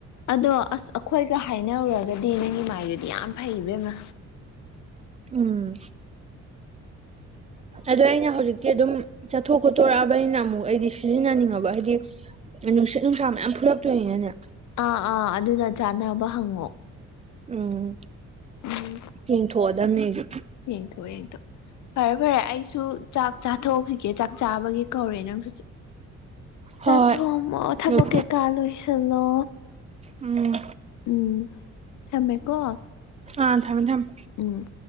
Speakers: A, on the left (about 70°); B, on the right (about 25°).
A: ꯑꯗꯣ ꯑꯁ ꯑꯩꯈꯣꯏꯒ ꯍꯥꯏꯅꯔꯨꯔꯒꯗꯤ ꯅꯪꯒꯤ ꯃꯥꯏꯗꯨꯗꯤ ꯌꯥꯝ ꯐꯩꯕꯦꯝꯅ
B: ꯎꯝ ꯑꯗꯣ ꯑꯩꯅ ꯍꯧꯖꯤꯛꯇꯤ ꯑꯗꯨꯝ ꯆꯠꯊꯣꯛ ꯈꯣꯠꯇꯣꯔꯛꯑꯕ ꯑꯩꯅ ꯑꯃꯨꯛ ꯑꯩꯗꯤ ꯁꯤꯖꯤꯟꯅꯅꯤꯡꯉꯕ ꯍꯥꯏꯗꯤ ꯅꯨꯡꯁꯤꯠ ꯅꯨꯡꯁꯥ ꯃꯌꯥꯝ ꯐꯨꯂꯛꯇꯣꯏꯅꯦꯅꯦ
A: ꯑꯥ ꯑꯥ ꯑꯗꯨꯅ ꯆꯥꯟꯅꯕ ꯍꯪꯉꯣ
B: ꯎꯝ
A: ꯎꯝ
B: ꯊꯦꯡꯊꯣꯛꯑꯗꯝꯅꯤꯁꯨ
A: ꯌꯦꯡꯊꯣꯛ ꯌꯦꯡꯊꯣ ꯐꯔꯦ ꯐꯔꯦ ꯑꯩꯁꯨ ꯆꯥꯛ ꯆꯥꯊꯣꯛꯈꯤꯒꯦ ꯆꯥꯕꯒꯤ ꯀꯧꯔꯦ ꯅꯪꯁꯨ
B: ꯍꯣꯏ
A: ꯆꯥ ꯊꯣꯡ ꯑꯣ ꯊꯕ
B: ꯍꯣꯏ
A: ꯀꯦꯀꯥ ꯂꯣꯏꯁꯂꯣ
B: ꯎꯝ
A: ꯎꯝ ꯊꯝꯃꯦꯀꯣ
B: ꯑ ꯊꯝꯃꯦ ꯊꯝꯃꯦ
A: ꯎꯝ